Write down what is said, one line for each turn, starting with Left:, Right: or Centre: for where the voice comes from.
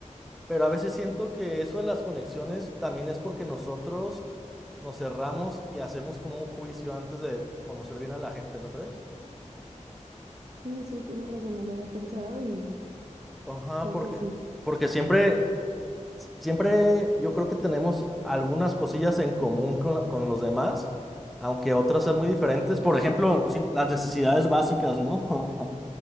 Centre: pero a veces siento que eso de las conexiones también es porque nosotros nos cerramos y hacemos como un juicio antes de conocer bien a la gente, ¿no crees?
Right: Sí, sí, tienes razón, no lo había pensado y
Centre: Ajá,
Right: creo
Centre: porque,
Right: que sí.
Centre: porque siempre s- siempre yo creo que tenemos algunas cosillas en común con, la- con los demás, aunque otras sean muy diferentes. Por ejemplo, sí, las necesidades básicas, ¿no? <laughs>